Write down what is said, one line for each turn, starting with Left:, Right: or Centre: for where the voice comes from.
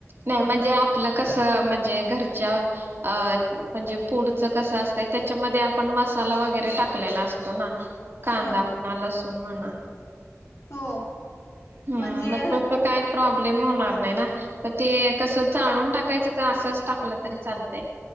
Right: नाही म्हणजे आपलं कसं म्हणजे घर च अ म्हणजे पुढचं कसं असतय त्याच्यामध्ये आपण मसाला वगैरे टाकलेला असतो ना? कांदा
Left: हो
Right: म्हणा लसू <unintelligible>
Left: हो.
Right: ह
Left: म्हणजे
Right: मग
Left: हा
Right: तस
Left: म्हणजे
Right: काय प्रॉब्लेम होणार नाही ना पर ते कस चालून टाकायचं का असंच टाकलं तरी चालतय.